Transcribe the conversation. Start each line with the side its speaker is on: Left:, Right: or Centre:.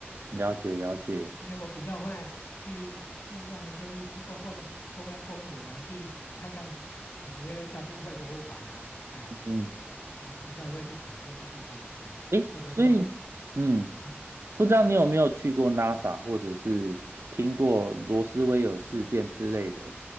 Left: 嗯。
Right: 了解了解，
Left: 因为我比较会去注重的就是去逛逛中央公园啊，去看看纽约大都会博物馆啊，哎，
Right: 嗯，
Left: 我比较会去走这些地方，哎，
Right: 哎，
Left: 或者说，
Right: 所以。嗯。
Left: 嗯，
Right: 不知道你有没有去过 NASA，或者是听过罗斯威尔事件之类的